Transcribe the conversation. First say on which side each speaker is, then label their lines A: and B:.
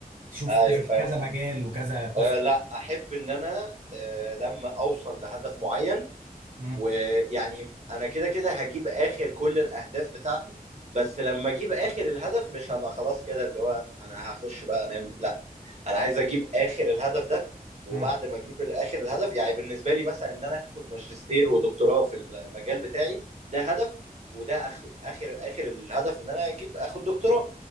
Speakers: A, on the right; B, on the right.
A: تشوف
B: ايوه
A: كذا
B: فاهم
A: كذا
B: قصدك.
A: مجال وكذا قصه
B: أه لا احب ان انا أه لما اوصل لهدف معين
A: مم.
B: ويعني انا كده كده هجيب اخر كل الاهداف بتاعتي بس لما اجيب اخر الهدف مش هبقى خلاص كده اللي هو انا هخش بقى انام لا انا عايز اجيب اخر الهدف ده وبعد
A: مم.
B: ما اجيب اخر الهدف يعني بالنسبه لي مثلا ان انا اخد ماجستير ودكتوراه في المجال بتاعي ده هدف وده اخره اخر اخر الهدف ان انا اجيب اخد دكتوراه